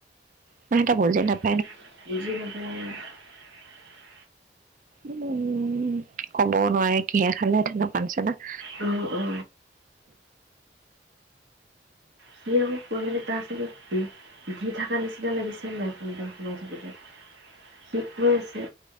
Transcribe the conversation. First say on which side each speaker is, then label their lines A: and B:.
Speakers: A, on the right; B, on the right.
A: ম সেটা বুজি নেপ
B: <unintelligible>
A: উম ক'বও নোৱাৰে কিহে খালে তেনেকুৱানিছি না
B: অ অ। সি আকৌ কৈ মেলে তাক চাগে দি থকা নিচিনা লাগিছে মইোনদম <unintelligible> সোমাই থাকোতে শিকি আছে